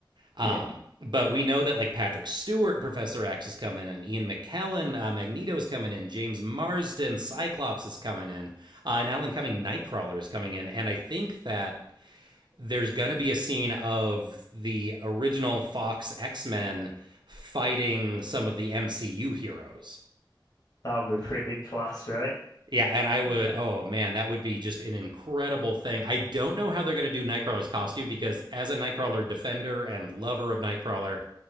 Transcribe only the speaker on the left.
Yeah.
That would be
<laughs> pretty class, right?
Like,